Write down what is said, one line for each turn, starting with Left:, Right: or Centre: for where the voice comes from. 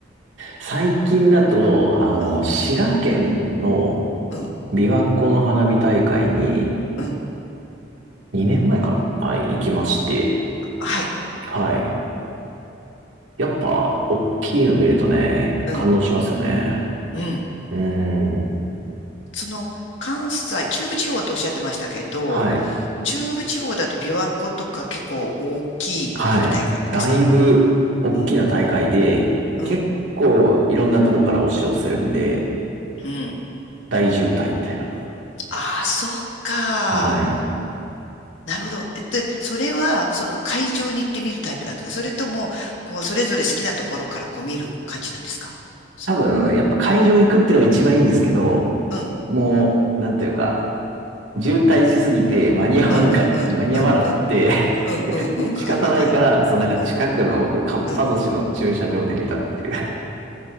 Right: 最近だと、あの、
Left: うん、
Right: 滋賀県の
Left: うん、
Right: 琵琶湖の花火大会に
Left: うん。
Right: 2年前かなはい、行きまして。
Left: はい、
Right: はい。やっぱ、大きいの見るとね、
Left: うん、
Right: 感動しますよね。
Left: うん。
Right: うん。
Left: その、関西、中部地方とおっしゃってましたけど、
Right: はい。
Left: 中部地方だと琵琶湖とか結構大きい花火大会なんですか
Right: はい。だいぶ、大きな大会で、
Left: うん、うん、
Right: 結構、いろんなとこから押し寄せるんで、
Left: うん。
Right: 大渋滞みたいな。
Left: ああ、そっか。
Right: はい。
Left: なるほど。えっと、それは、その会場に行ってみるタイプなんですかそれとも、こう、それぞれ好きなところからこう見る感じなんですかその、
Right: 多分、やっぱ会場行くっていうのが一番いいんですけど、
Left: うん、うん、
Right: もう、なんというか、渋滞しすぎて間に合わんか、
Left: うん、うん、うん、
Right: 間に合わなくて
Left: うん、うん、うん、うん、うんわかるわかる。
Right: 仕方ないから、そのなんか近くの僕、
Left: うん、
Right: かっぱ寿司の駐車場で見たっていう。
Left: うん。